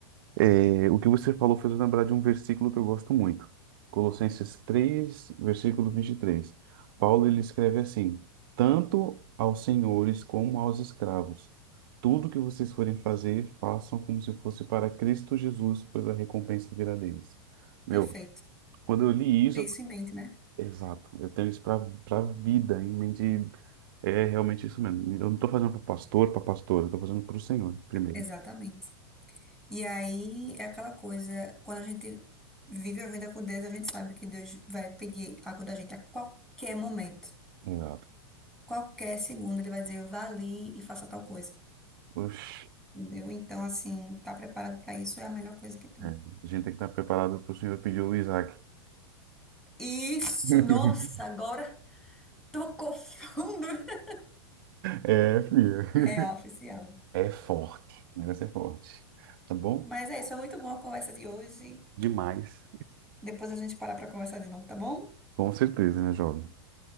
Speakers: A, on the right; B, in the centre.
A: é, o que você falou fez eu lembrar de um versículo que eu gosto muito. Colossenses três versículo vinte e três Paulo ele escreve assim: Tanto aos senhores como aos escravos, tudo que vocês forem fazer, façam como se fosse para Cristo Jesus, pois a recompensa virá deles. Meu,
B: Perfeito.
A: quando eu li isso,
B: Ter
A: eu
B: isso em mente, né?
A: Exato, eu tenho isso para para vida em mente. É realmente isso mesmo. Eu não estou fazendo para pastor, para pastora, eu tô fazendo para o Senhor primeiro.
B: Exatamente. E aí é aquela coisa, quando a gente vive a vida com Deus, a gente sabe que Deus vai pedir algo da gente a qualquer momento.
A: Exato.
B: Qualquer segundo ele vai dizer, vá ali e faça tal coisa.
A: Oxi,
B: Entendeu? Então, assim, tá preparado pra isso é a melhor coisa que tem.
A: é, a gente tem que estar preparado para o Senhor pedir o Isaac.
B: Isso!
A: <laughs>
B: Nossa, agora Tocou fundo. <laughs>
A: É, filha.
B: É oficial.
A: É forte, o negócio é forte. Tá bom?
B: Mas é isso, foi muito boa a conversa de hoje.
A: Demais.
B: Depois a gente para para conversar de novo, tá bom?
A: Com certeza, né, jovem?